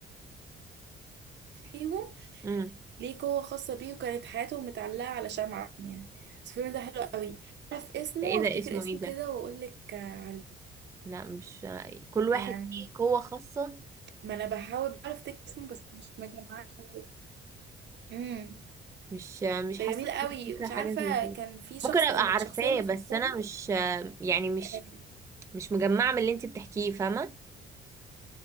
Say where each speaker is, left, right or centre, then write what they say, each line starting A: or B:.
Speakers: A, on the right (about 60°); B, on the right (about 15°).
A: فيهم
B: امم
A: ليه قوة خاصة بيه وكانت حياته متعلقة على شمعة يعني بس الفيلم ده حلو قوي اعرف اسمه
B: ده ايه
A: وافتكر
B: ده اسمه
A: اسمه
B: ايه
A: كده
B: ده
A: واقول لك آه، عليه
B: لا مش كل واحد
A: يعني
B: ليه قوة خاصة
A: ما انا بحاول بعرف افتكر اسمه بس مش مجمعاه خالص امم
B: مش مش
A: ده
B: حاسة
A: جميل
B: ان
A: قوي
B: انا فاكرة
A: مش
B: حاجة
A: عارفة
B: زي كده
A: كان في شخص
B: ممكن ابقى
A: الشخصية
B: عارفاه
A: اللي
B: بس
A: فاكراها
B: انا مش يعني مش
A: آه،
B: مش مجمعة من اللي انت بتحكيه فاهمة